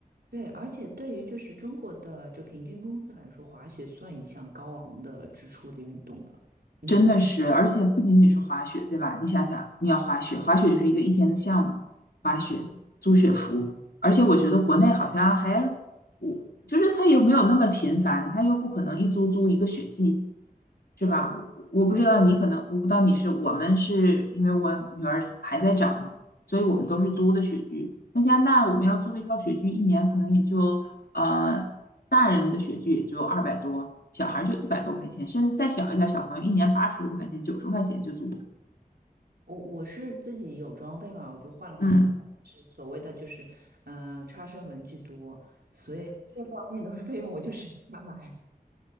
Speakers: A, on the right; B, on the left.
A: 对，而且对于就是中国的就平均工资来说，滑雪算一项高昂的支出的运动的，嗯
B: 真的是，而且不仅仅是滑雪，对吧？你想想，你要滑雪，滑雪就是一个一天的项目，
A: 嗯，
B: 滑雪、租雪服，而且我觉得国内好像还，我就是它又没有那么频繁，它又不可能一租租一个雪季，是吧？
A: 对。
B: 我我不知道你可能，我不知道你是，我们是因为我女儿还在长嘛，所以我们都是租的雪具。那加拿大我们要租一套雪具，一年可能也就。呃，大人的雪具也就二百多，小孩儿就一百多块钱，甚至再小一点儿，小朋友一年八十多块钱、九十块钱就租的。
A: 我我是自己有装备嘛，我就换了好几套，
B: 嗯，
A: 是所谓的就是，嗯，差生文具多，所以这方面的 <laughs> 费用我就省下来，